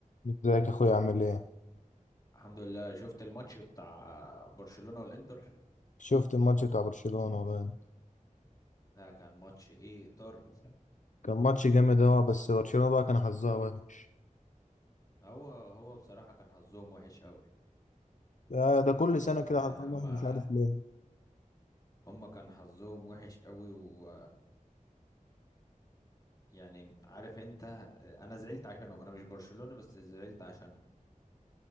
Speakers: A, on the left; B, on the left.
A: ازيك يا اخويا عامل ايه
B: الحمد لله شفت الماتش بتاع برشلونة والإنتر
A: شفت الماتش بتاع برشلونة والله
B: ده كان ماتش ايه طار
A: كان ماتش جامد اه بس برشلونة بقى كان حظها وحش
B: هو هو بصراحة كان حظهم وحش قوي
A: ده, ده كل
B: يعني
A: سنة كده حظها وحش
B: هما
A: مش عارف ليه
B: هما كان حظهم وحش قوي و يعني عارف انت انا زعلت عشانهم انا مش برشلونة بس زعلت عشانهم